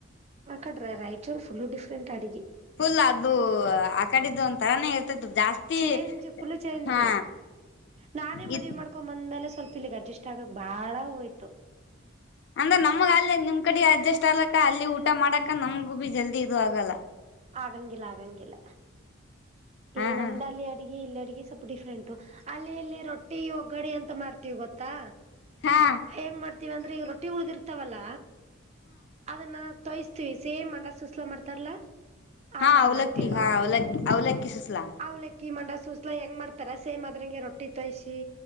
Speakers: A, on the right (about 30°); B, on the left (about 55°).
A: ಆ ಕಡೆ ರಾಯ್ಚುರ್ ಪುಲ್ಲ ಡಿಫ್ರೆಂಟ್ ಅಡ್ಗಿ.
B: ಫುಲ್ ಅದು ಆ ಕಡಿದ್ದುತಾನೆ. ಜಾಸ್ತಿ
A: ಚೇಂಜ್ ಫುಲ್ ಚೇಂಜ್
B: ಹಾ
A: ನಾನೇ ಮದ್ವಿ
B: ಇ
A: ಮಾಡ್ಕೊಂಡ್ ಬಂದ್ಮೇಲೆ ಸ್ವಲ್ಪ ಇಲ್ಲಿಗ್ ಅಡ್ಜಸ್ಟ್ ಆಗಕ್ ಬಾಳ ಹೋಯ್ತು.
B: ಅಂದ್ರೆ ನಮ್ಗ ಅಲ್ಲಿ ನಿಮ್ ಕಡೆ ಅಡ್ಜಸ್ಟ್ ಆಗ್ಲಕ್ಕ ಅಲ್ಲಿ ಊಟ ಮಾಡಕ ನಮ್ಗು ಬಿ ಜಲ್ದಿ ಇದು ಆಗಲ್ಲ.
A: ಆಗಂಗಿಲ್ಲ ಆಗಂಗಿಲ್ಲ
B: ಹಾ
A: ಈ ನಮ್ದಲ್ಲಿ
B: ಹಾ
A: ಅಡ್ಗಿ ಇ- ಅಡ್ಗಿ ಸ್ವಲ್ಪ ಡಿಫ್ರೆಂಟು ಅಲ್ಲಿ ಅಲ್ಲಿ ರೊಟ್ಟಿ ಒಗ್ಗಡೆ ಅಂತ ಮಾಡ್ತೀವಿ ಗೊತ್ತಾ.
B: ಹಾ
A: ಹೆಂಗ್ ಮಾಡ್ತೀವಿ ಅಂದ್ರೆ ಈಗ ರೊಟ್ಟಿ ಉಳಿದಿರ್ತಾವಲ್ಲ ಅದನ್ನ. ತೋಯ್ಸ್ತೀವಿ ಸೇಮ್ ಅಂಡ ಸುಸ್ಲ ಮಾಡ್ತಾರಲ್ಲಾ ಆತರ
B: ಹಾ ಅವಲಕ್ಕಿ
A: ಮಾಡ್ತೀವಿ ನಾವಲ್ಲಿ.
B: ಹಾ ಅವಲಕ್ಕಿ ಅವಲಕ್ಕಿ ಸುಸ್ಲಾ
A: ಅವ್ಲಕ್ಕಿ ಮಂಡ ಸೂಸ್ಲಾ ಹೆಂಗ ಮಾಡ್ತಾರ ಸೇಮ್ ಅದ್ರಂಗೆ ರೊಟ್ಟಿ ತೂಯ್ಸಿ